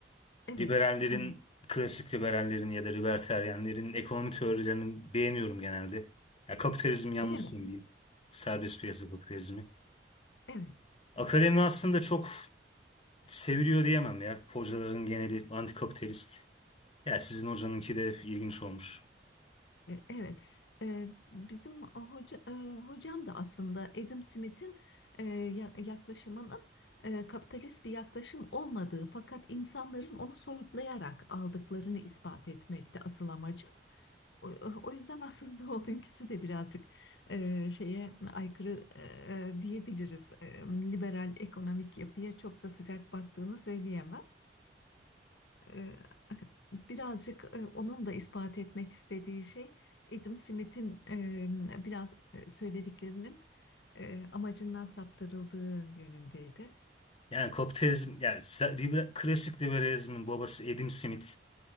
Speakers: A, on the left; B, on the left.
A: Evet.
B: Liberallerin,
A: Ha,
B: klasik liberallerin ya da libertaryenlerin ekonomi teorilerini beğeniyorum genelde. Ya kapitalizmin yanlısıyım
A: Öyle mi?
B: diyeyim. Serbest piyasa kapitalizmi.
A: Evet.
B: Akademi aslında çok seviliyor diyemem ya. Hocaların geneli antikapitalist. Ya sizin hocanınki de ilginç olmuş.
A: E, Evet. E, Bizim hoca, e, hocam da aslında Adam Smith'in e, ya- yaklaşımının e, kapitalist bir yaklaşım olmadığı fakat insanların onu soyutlayarak aldıklarını ispat etmekte asıl amacı. O, o yüzden aslında <laughs> onunkisi de birazcık e, şeye aykırı e, diyebiliriz. E, liberal ekonomik yapıya çok da sıcak baktığını söyleyemem. E, birazcık e, onun da ispat etmek istediği şey Adam Smith'in e, biraz e, söylediklerinin e, amacından saptırıldığı yönündeydi.
B: Yani kapitalizm, yani se- liber- klasik liberalizmin babası Adam Smith.